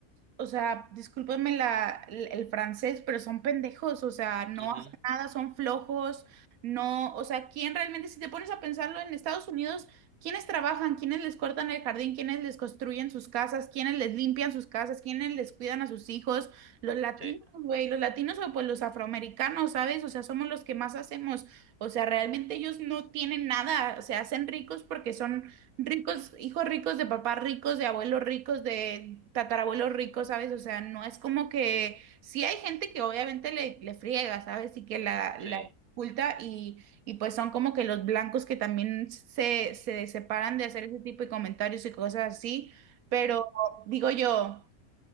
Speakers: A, on the right (about 70°); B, on the right (about 40°).
A: o sea, discúlpenme la, el, el francés, pero son pendejos, o sea, no
B: Ujú,
A: hacen nada, son flojos, no, o sea, ¿quién realmente, si te pones a pensarlo en Estados Unidos, quiénes trabajan, quiénes les cortan el jardín, quiénes les construyen sus casas, quiénes les limpian sus casas, quiénes les cuidan a sus hijos? Los latinos,
B: Sí,
A: güey, los latinos o pues los afroamericanos, ¿sabes? O sea, somos los que más hacemos, o sea, realmente ellos no tienen nada, se hacen ricos porque son Ricos, hijos ricos de papás ricos, de abuelos ricos, de tatarabuelos ricos, ¿sabes? O sea, no es como que sí hay gente que obviamente le, le friega, ¿sabes? Y que la,
B: sí.
A: la oculta y, y pues son como que los blancos que también se, se separan de hacer ese tipo de comentarios y cosas así, pero digo yo,